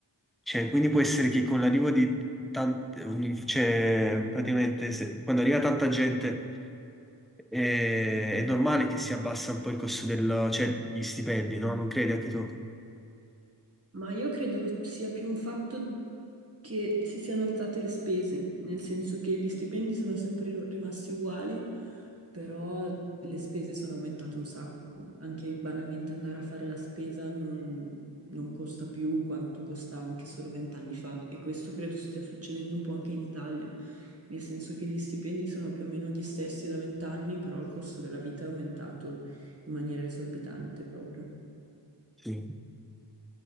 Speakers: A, in the centre; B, on the right (about 35°).
A: Cioè, quindi può essere che con l'arrivo di tante, un- cioè, praticamente se- quando arriva tanta gente eh, è normale che si abbassa un po' il costo del, cioè, gli stipendi, no? Non credi anche tu?
B: Ma io credo sia più un fatto che si siano alzate le spese, nel senso che gli stipendi sono sempre rimasti uguali, però le spese sono aumentate un sacco. Anche banalmente andare a fare la spesa non, non costa più quanto costava anche solo vent'anni fa. E questo credo stia succedendo un po' anche in Italia, nel senso che gli stipendi sono più o meno gli stessi da vent'anni, però il costo della vita è aumentato in maniera esorbitante proprio.
A: Sì.